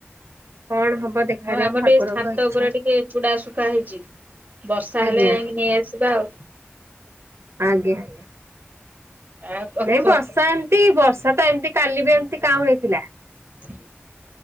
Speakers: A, on the right (about 80°); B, on the right (about 40°).
A: କଣ ହବ। ଦେଖାଯାଉ
B: ହଁ ଆମର
A: ଠାକୁରଙ୍କ
B: ଟିକେ ଛାତ
A: ଇଚ୍ଛା
B: ଉପରେ ଟିକେ ଚୁଡା ଶୁଖା ହେଇଛି। ବର୍ଷା
A: ଆଜ୍ଞା
B: ହେଲେ ଯାଇକି ନେଇଆସିବା ଆଉ।
A: ଆଜ୍ଞା।
B: ଆଉ କଣ
A: ନାଇଁ
B: କୁହନ୍ତୁ?
A: ବର୍ଷା ଏମତି ବର୍ଷା ତ ଏମିତି କାଲି ବି ଏମିତି କାଉଁ ହେଇଥିଲା।
B: ହ <inaudible>